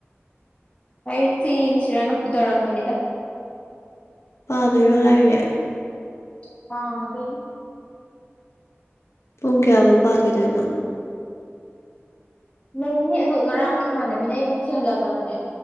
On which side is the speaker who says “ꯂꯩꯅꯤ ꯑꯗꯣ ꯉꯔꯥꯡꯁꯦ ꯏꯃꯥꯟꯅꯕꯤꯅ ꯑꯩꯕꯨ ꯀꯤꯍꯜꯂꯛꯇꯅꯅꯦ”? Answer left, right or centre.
Left